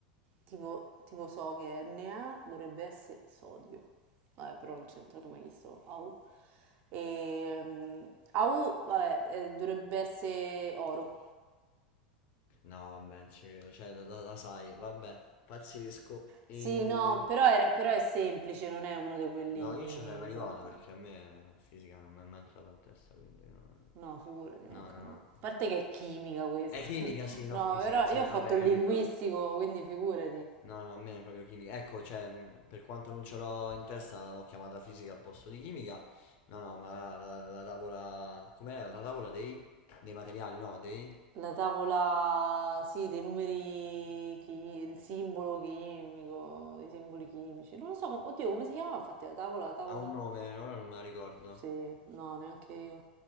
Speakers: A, on the right; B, on the left.
A: tipo, tipo so che Na dovrebbe essere sodio. Vabbè, però non c'entra, tu mi hai chiesto AU. E, mm, AU, vabbè, eh, dovrebbe essere oro.
B: No, vabbè, non ci credo, cioè, la, la- la sai, vabbè, pazzesco. E...
A: Sì, no, però è, però è semplice, non è uno di quelli
B: No, io ci sarei arrivato
A: troppo.
B: perché a me la fisica non mi è mai entrata in testa, quindi non-
A: No, figurati, manca
B: No, no, no.
A: a me. A parte che è chimica questa.
B: È chimica,
A: <laughs>
B: sì, no,
A: No,
B: fisica,
A: però
B: sì,
A: io ho
B: vabbè,
A: fatto il
B: capito.
A: linguistico, quindi figurati.
B: No, no, a me è proprio chimica. Ecco, cioè, mh, per quanto non ce l'ho in testa, l'ho chiamata fisica al posto di chimica. No, no, ma la, la- la tavola... Com'era? La tavola dei... dei materiali, no, dei...
A: La tavola, sì, dei numeri, chi- il simbolo chimico, i simboli chimici. Non lo so, com- oddio, come si chiamava? Infatti la tavola, la tavola...
B: Ha un nome, ora non me la ricordo.
A: Sì, no, neanche io.